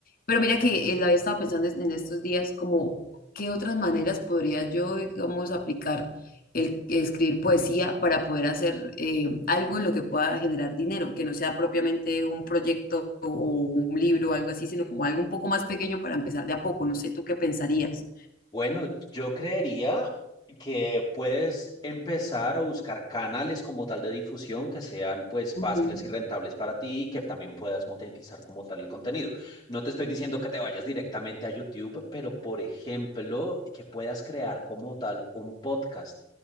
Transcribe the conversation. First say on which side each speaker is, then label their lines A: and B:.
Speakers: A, on the left (about 50°); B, on the left (about 20°).
A: pero mira que eh, había estado pensando en estos días como qué otras maneras podría yo, digamos, aplicar el escribir poesía para poder hacer eh, algo en lo que pueda generar dinero, que no sea propiamente un proyecto o un libro o algo así, sino como algo un poco más pequeño para empezar de a poco. No sé, ¿tú qué pensarías?
B: Bueno, yo creería que puedes empezar a buscar canales como tal de difusión que sean pues
A: Ujú.
B: fáciles y rentables para ti y que también puedas monetizar como tal el contenido. No te estoy diciendo que te vayas directamente a YouTube, pero por ejemplo, que puedas crear como tal un podcast.